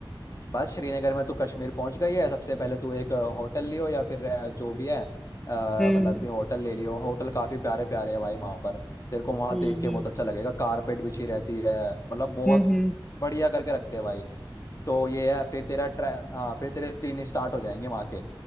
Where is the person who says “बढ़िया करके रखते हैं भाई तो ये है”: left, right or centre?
Left